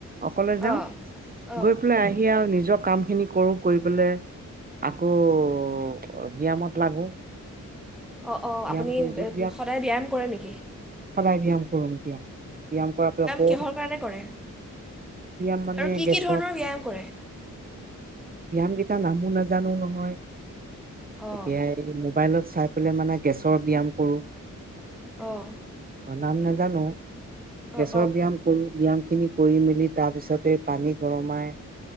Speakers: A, on the right; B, in the centre.
A: অকলে যাও
B: অঁ অঁ
A: গৈ পেলাই আহি আও নিজৰ কাম, সেইখিনি কৰো কৰি পেলাই আকৌ ব্যায়ামত লাগো।
B: অ অ
A: ব্যায়াম
B: আপুনি
A: কৰি যোগ
B: সদায় ব্যায়াম কৰে নেকি?
A: সদায় ব্যায়াম কৰোঁ দিয়া। ব্যায়াম কৰাটো আকৌ
B: কিহৰ কাৰণে কৰে
A: ব্যায়াম মানে
B: আৰু কি
A: গেছক,
B: কি ধৰণৰ ব্যায়াম কৰে
A: ব্যায়াম কেইটা নামো নাজানো নহয়
B: অঁ
A: এতিয়াই, এই মোবাইলত চাই পেলাই মানে গেছৰ ব্যায়াম কৰোঁ।
B: অঁ
A: নাম নাজানো
B: অঁ
A: গেছৰ ব্যায়াম কৰো ব্যয়াম খিনি, কৰি মেলি তাৰ পিছতে পানী গৰমাই,